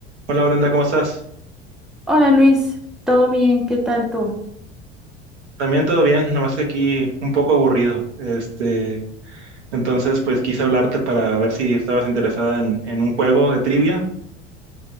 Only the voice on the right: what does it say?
Hola Brenda, ¿cómo estás?
También todo bien, nomás que aquí un poco aburrido. Este, entonces, pues quise hablarte para ver si estabas interesada en, en un juego de trivia.